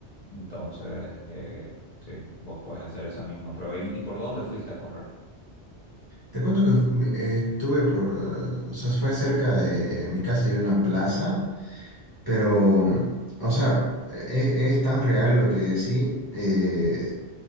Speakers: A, on the left; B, on the right.
A: Entonces, eh, sí, vos puedes hacer esa misma prueba. ¿Y, y por dónde fuiste a correr?
B: Te cuento que fu- me- eh, estuve por, eh, o sea, fue cerca de mi casa y una plaza, pero, o sea, e- e- es, tan real lo que decí. eh,